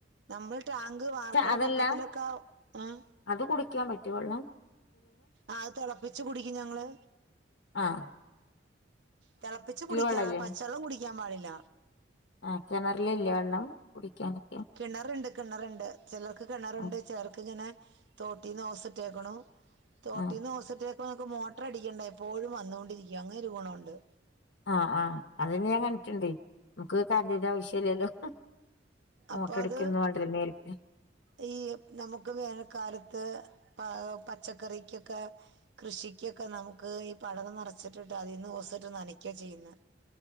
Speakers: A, on the right; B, on the left.
A: നമ്മള് ടാങ്ക് വാർക്ക്ണ
B: അതല്ല
A: പൊക്കത്തിലൊക്കെ ഉം.
B: അത് കുടിക്കാൻ പറ്റോ വള്ളം.
A: ആഹ് അത് തിളപ്പിച്ച്ച് കുടിക്കും ഞങ്ങള്.
B: ആഹ്
A: തിളപ്പിച്ച് കുടിക്കണ്ണം
B: വെള്ളല്ലേ
A: പച്ചവെള്ളം കുടിക്കാൻ പാടില്ല.
B: ആഹ് കിണറിലില്ലേ വെള്ളം കുടിക്കാനൊക്കെ
A: കിണറ്ണ്ട് കിണറ്ണ്ട് ചിലർക്ക് കിണറുണ്ട്
B: ആ
A: ചിലർക്കിങ്ങനെ. തോട്ടിന്ന് ഹോസ്ട്ടേക്ക്ണു തോട്ടീന്ന്
B: ആ
A: ഹോസ്ട്ടേ ഇപ്പൊ ഞങ്ങക്ക് മോട്ടർ അടിക്കേണ്ട എപ്പോഴും വന്നുകൊണ്ടിരിക്കും അങ്ങനെ ഒരു ഗുണമുണ്ട്.
B: ആഹ് ആഹ് അതിന് ഞാൻ കണ്ടിട്ടുണ്ട് നമുക്ക് കരണ്ടിന്റെ ആവശ്യല്ലല്ലോ മോട്ടർ
A: അപ്പൊ
B: അടിക്കൊന്നും
A: അത്
B: വാണ്ടല്ലോ നേരിട്ട്
A: ഈ നമുക്ക് വേനൽക്കാലത്ത് പ പച്ചക്കറിക്കൊക്കെ കൃഷിക്കൊക്കെ നമുക്ക് ഈ പടവ് നിറച്ചിട്ടിട്ട് അതിൽന്ന് ഹോസിട്ട് നനക്ക ചെയ്യുന്നേ.